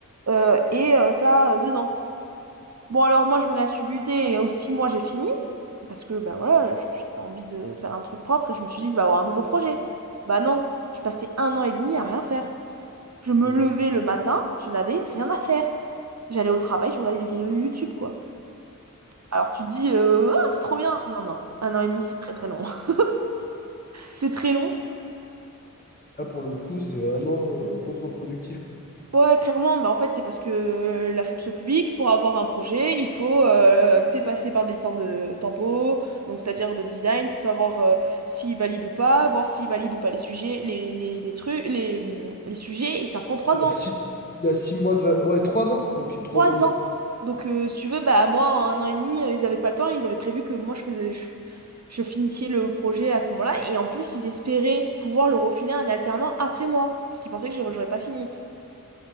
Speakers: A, on the right (about 55°); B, on the left (about 30°).
A: euh, et euh, t'as euh, deux ans. Bon, alors moi, je me la suis butée et aux six mois, j'ai fini. Parce que, bah voilà, je- j'avais envie de faire un truc propre et je me suis dit, je vais avoir un nouveau projet. Bah non, je passais un an et demi à rien faire. Je me
B: Mhm.
A: levais le matin, je n'avais rien à faire. J'allais au travail, je regardais des vidéos YouTube, quoi. Alors tu te dis, euh, ah, c'est trop bien. Non, non, un an et demi, c'est très très long. <laughs> C'est très long,
B: Là, pour le coup, c'est vraiment euh, contre-productif, quoi.
A: Ouais, clairement, mais en fait, c'est parce que euh, la fonction publique, pour avoir un projet, il faut euh, tu sais, passer par des temps de tempo, donc c'est-à-dire de design, pour savoir euh, s'il valide ou pas, voir s'il valide ou pas les sujets, les, les, les trucs, les, hum, les sujets, et ça prend trois
B: Il y
A: ans.
B: a six, il y a six mois de... va- Ouais, trois ans. Ah, ok, trois
A: Trois
B: ans de...
A: ans!
B: va-
A: Donc, euh, si tu veux, bah, moi, en un an et demi, euh, ils avaient pas le temps, ils avaient prévu que moi, je faisais, je, je finissais le projet à ce moment-là, et en plus, ils espéraient pouvoir le refiler à un alternant après moi, parce qu'ils pensaient que je n'aurais pas fini.